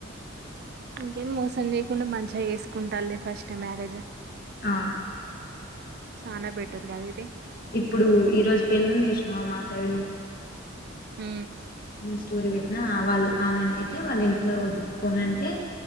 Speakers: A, on the right; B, on the left.
A: ఇంకేంది మోసం చేయకుండ మంచిగ చేసుకుంటాల్లే ఫస్ట్ మ్యారేజ్
B: ఆ
A: చానా బెటర్ కద ఇది
B: ఇప్పుడు ఈ రోజు పెళ్ళి ఉంది చూసినవా మా సైడు
A: ఉ
B: నేను స్టోరీ పెట్టినా ఆ వాళ్ళు ఆమెనయితే వాళ్ళ ఇంట్లో ఒప్పుకోను అంటే